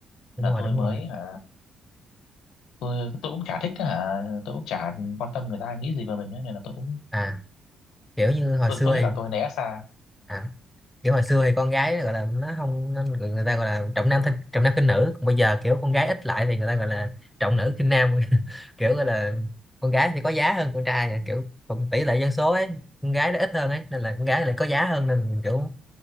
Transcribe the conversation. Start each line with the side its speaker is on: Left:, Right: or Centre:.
Centre: đúng
Left: Nên là
Centre: rồi
Left: tôi
Centre: đúng
Left: mới
Centre: rồi
Left: hả tôi tôi cũng chả thích á hả tôi cũng chả quan tâm người ta nghĩ gì về mình ấy, nên là tôi cũng
Centre: à kiểu như hồi
Left: tôi
Centre: xưa
Left: tôi nghĩ
Centre: thì
Left: là tôi né xa
Centre: à kiểu hồi xưa thì con gái nó gọi là nó không nên người người ta gọi là trọng nam thinh- trọng nam khinh nữ còn bây giờ kiểu con gái ít lại thì người ta gọi là trọng nữ khinh nam <laughs> kiểu gọi là con gái thì có giá hơn con trai nha kiểu còn tỷ lệ dân số ấy con gái nó ít hơn ấy nên là con gái lại có giá hơn nên kiểu